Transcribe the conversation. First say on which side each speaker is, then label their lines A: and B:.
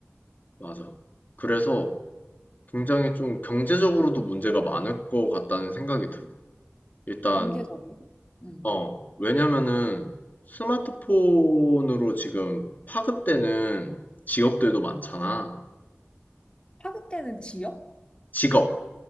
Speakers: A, on the left (about 40°); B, on the left (about 25°).
A: 맞아. 그래서 굉장히 좀 경제적으로도 문제가 많을 것 같다는 생각이 들어. 일단,
B: 경제적이고. 응.
A: 어, 왜냐면은 스마트폰으로 지금 파급되는 직업들도 많잖아.
B: 파급되는 지역?
A: 직업.